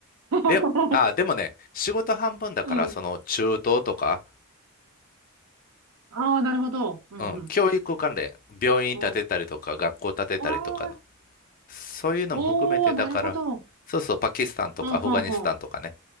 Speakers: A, on the right; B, on the left.
A: <laughs>
B: で、あ、でもね、仕事半分だから、
A: うん。
B: その中東とか、
A: ああ、なるほど。うん、
B: うん、
A: うん。
B: 教育関連、病院建てたりとか、
A: そ
B: 学校建てたりとかの、
A: う。ああ、
B: そういうのも含めてだから、
A: おお、なるほど。
B: そうそう、パキスタンとかアフガニスタンとかね、
A: うん、ほんほん。